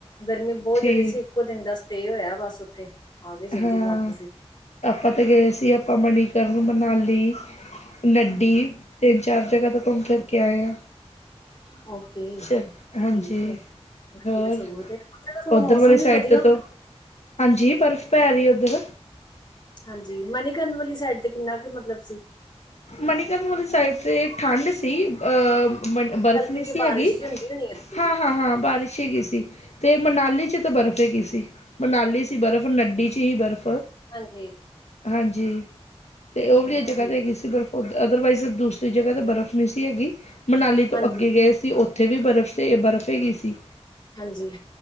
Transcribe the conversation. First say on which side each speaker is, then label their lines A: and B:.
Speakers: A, on the left (about 40°); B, on the left (about 80°).
A: ਗਰਮੀ ਬਹੁਤ
B: ਠੀਕ
A: ਜਿਆਦਾ ਸੀ। ਇੱਕੋ ਦਿਨ ਦਾ ਸਟੇ ਹੋਇਆ ਬੱਸ ਉੱਥੇ ਆ ਗਏ ਜਲਦੀ
B: ਹਾਂ,
A: ਵਾਪਸ ਹੀ
B: ਆਪਾਂ ਤੇ ਗਏ ਸੀ ਆਪਾਂ ਮਨੀਕਰਨ, ਮਨਾਲੀ ਨੱਡੀ ਤਿੰਨ, ਚਾਰ ਜਗ੍ਹਾ ਤੋਂ ਘੁੰਮ ਫਿਰ ਕੇ ਆਏ ਆ
A: ਅ <unintelligible> ਠੀਕ
B: ਚਲ ਹਾਂਜੀ
A: ਹੈ ਵਧੀਆ
B: ਹੋਰ
A: ਸਗੋਂ, ਤੇ ਸਗੋਂ
B: ਉੱਧਰ
A: ਮੌਸਮ
B: ਵਾਲੀ
A: ਵੀ
B: ਸਾਈਡ
A: ਵਧੀਆ
B: ਤੇ
A: ਹੁੰਦਾ।
B: ਤੋਂ ਹਾਂਜੀ ਬਰਫ਼ ਪੈ ਰਹੀ ਉੱਧਰ
A: ਹਾਂਜੀ। ਮਨੀਕਰਨ ਵਾਲੀ ਸਾਈਡ ਤੇ ਕਿੰਨਾ ਕੁ ਮਤਲਬ ਸੀ।
B: ਮਨੀਕਰਨ ਵਾਲੀ ਸਾਈਡ ਤੇ ਠੰਡ ਸੀ, ਅਹ ਬਰਫ਼
A: ਹਲਕੀ
B: ਨਹੀਂ
A: ਜਿਹੀ
B: ਸੀ
A: ਬਾਰਿਸ਼
B: ਹੈਗੀ
A: ਜਿਹੀ ਹੁੰਦੀ ਹੋਣੀ ਹੈ
B: ਹਾਂ ਹਾਂ -ਹਾਂ ਬਾਰਿਸ਼ ਹੈਗੀ ਸੀ, ਤੇ ਮਨਾਲੀ ਚ ਤਾਂ ਬਰਫ਼ ਹੈਗੀ ਸੀ। ਮਨਾਲੀ ਸੀ ਬਰਫ਼, ਨਡੀ 'ਚ ਹੀ ਬਰਫ਼
A: ਹਾਂਜੀ।
B: ਹਾਂਜੀ ਤੇ ਉਹ
A: ਹਾਂਜੀ
B: ਵੀ ਇਹ ਜਗ੍ਹਾ ਤੇ ਹੈਗੀ ਸੀ ਬਰਫ਼, ਪਰ ਅਦਰਵਾਈਜ਼ ਦੂਸ ਕਈ ਜਗ੍ਹਾ ਤੇ ਬਰਫ਼ ਨਹੀਂ ਸੀ ਹੈਗੀ, ਮਨਾਲੀ
A: ਹਾਂਜੀ
B: ਤੋਂ ਅੱਗੇ ਗਏ ਸੀ ਉੱਥੇ ਵੀ ਬਰਫ਼ ਸੀ ਬਰਫ਼ ਹੈਗੀ ਸੀ।
A: ਹਾਂਜੀ